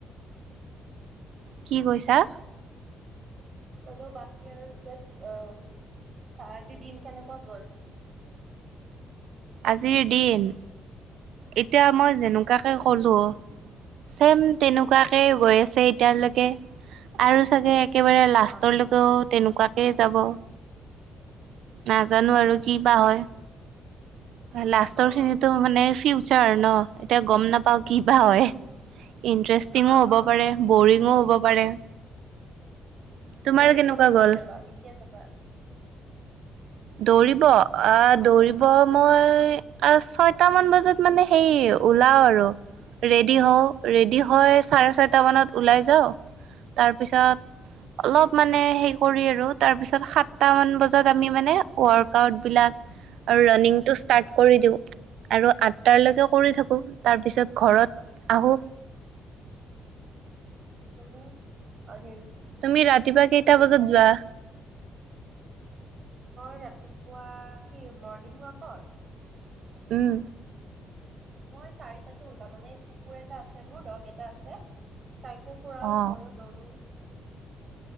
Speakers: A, on the right; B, on the right.
A: কি কৈছা
B: কলো বাকী আৰু এতিয়া আহ আজি দিন কেনেকুৱা গ'ল
A: আজিৰ দিন এতিয়া মই যেনেকুৱাকে কলো চেম তেনেকুৱাকে গৈ আছে এতিয়ালৈকে আৰু চাগে একেবাৰে লাষ্টলৈকেও
B: আচ্ছা।
A: তেনেকুৱাকেই যাব নাজানো
B: আচ্ছা
A: আৰু কি বা হয় লাষ্টৰ
B: অ
A: খিনিতো মানে আৰু ন এতিয়া গম নাপাও কি বা হয় ইণ্টাৰেষ্টিঙো
B: আহ
A: হ'ব
B: আহ
A: পাৰে
B: সেইটো
A: বৰিঙো
B: অ
A: হ'ব পাৰে
B: উ উ
A: তোমাৰ
B: দৌৰিব
A: কেনেকুৱা
B: কেইটাত
A: গ'ল
B: যাবা কেতিয়া যাবা
A: দৌৰিব আহ
B: মোৰ ভালে
A: দৌৰিব মই ছয়টা মান বজাত মানে সেই ওলাও আৰু ৰেডি হও ৰেডি হৈ চাৰে ছয়টা মানত ওলাই যাও তাৰপিছত অলপ মানে হে কৰি আৰু তাৰ পিছত সাতটা মান বজাত আমি মানে ৱৰ্কআউট বিলাক আৰু ৰানিংটো ষ্টাৰ্ট কৰি দিওঁ আৰু তাইলৈকে কৰি থাকো তাৰপিছত ঘৰত আহো
B: তুমি অ হ
A: তুমি ৰাতিপুৱা কেইটা বজাত যোৱা
B: মই ৰাতিপুৱা কি মৰ্ণিং ৱাকত
A: উম
B: মই চাৰিটাতে ওলাম মানে কুকুৰ এটা আছে মোৰ দগ এটা আছে তাইকো ফুৰাও
A: অ
B: ময়ো দৌৰোঁ